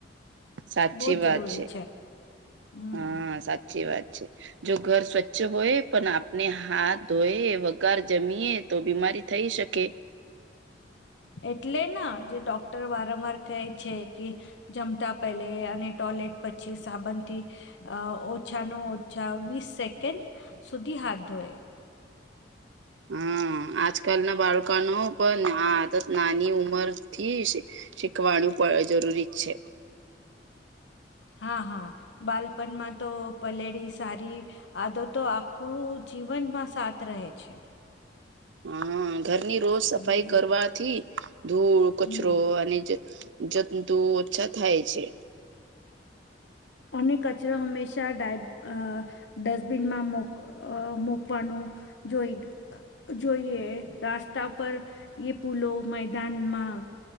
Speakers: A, on the right; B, on the left.
A: સાચી
B: બહુ જ
A: વાત
B: જરૂરી
A: છે
B: હમ
A: હા સાચી વાત છે. જો ઘર સ્વચ્છ હોય પણ આપને હાથ ધોય વગાર જમીએ તો બીમારી થઈ શકે.
B: એટલે ના જે ડોક્ટર વારંવાર કહે છે કે જમતા પેલે અને ટોયલેટ પછી સાબનથી અ ઓછાનો ઓછા વીસ સેકન્ડ સુધી હાથ ધોએ.
A: હમ. આજકાલ ના બાળકાનો પણ આદત નાની ઉંમર થી શીખવાનું પણ જરૂરી છે.
B: હા હા બાલપણમાં તો પલેળી સારી આદતો આખું જીવનમાં સાથ રહે છે.
A: હા ઘરની રોજ સફાઈ
B: હમ
A: કરવાથી ધૂળ કચરો
B: હમ
A: અને જ જંતુ ઓછા થાય છે.
B: અને કચરો હંમેશા ડાય ડસ્ટબિનમાં મોક અ મકવાનું જોઈ. જોઈએ રાસ્તા પર એ પુલો મેદાન માગ